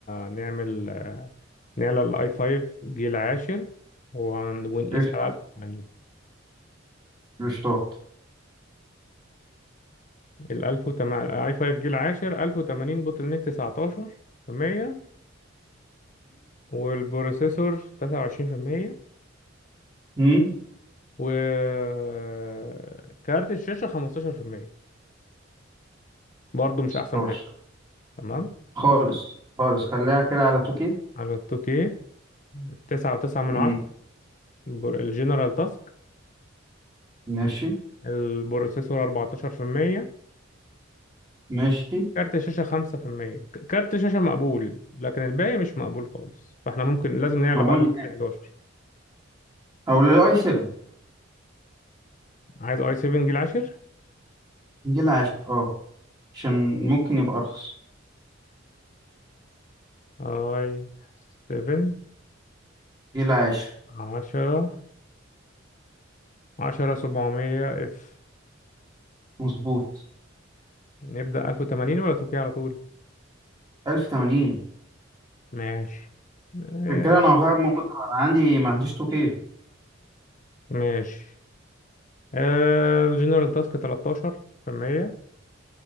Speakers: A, on the left; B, on the right.
A: نعمل آه، نعلى الآي 5 جيل عاشر وهن- ونقيس
B: قشطة
A: على 1080
B: قشطات
A: ال 1080 اي 5 جيل عاشر 1080 بوتل نيك 19% والبروسيسور 23%
B: امم
A: وكارت الشاشة 15% برضه مش
B: 16
A: أحسن حاجة تمام
B: خالص خالص خليها كده على 2K
A: على ال 2K 9.9 من
B: امم
A: 10 الجنرال تاسك
B: ماشي
A: البروسيسور 14%
B: ماشي
A: كارت الشاشة خمسة في المية ك- كارت الشاشة مقبول لكن الباقي مش مقبول خالص فاحنا ممكن لازم نعلى
B: مبون
A: بقى طب
B: نهائي
A: لل 11
B: او للاي 7
A: عايز اي 7 جيل 10
B: جيل 10 اه عشان ممكن يبقى ارخص
A: اي 7
B: جيل 10
A: 10 10 700 اف
B: مظبوط
A: نبدأ 1080 ولا 2K على طول
B: 1080
A: ماشي آه،
B: عشان كده انا هغير مونيتور انا عندي ما عنديش 2K
A: ماشي آه، الجنرال تاسك 13 في المية